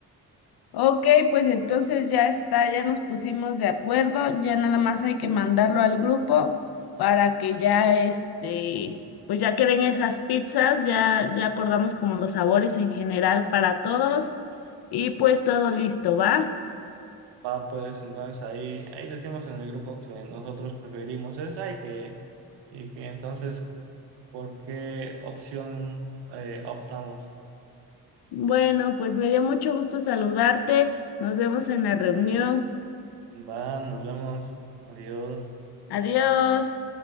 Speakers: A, on the left (about 70°); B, on the right (about 85°).
A: Ok, pues entonces ya está, ya nos pusimos de acuerdo, ya nada más hay que mandarlo al grupo para que ya este, pues ya queden esas pizzas, ya, ya acordamos como los sabores en general para todos y pues todo listo, ¿va?
B: Ah, pues entonces ahí, ahí decimos en el grupo que nosotros preferimos esa y que, y que entonces por qué opción eh, optamos.
A: Bueno, pues me dio mucho gusto saludarte, nos vemos en la reunión,
B: Va, nos vemos. Adiós.
A: adiós.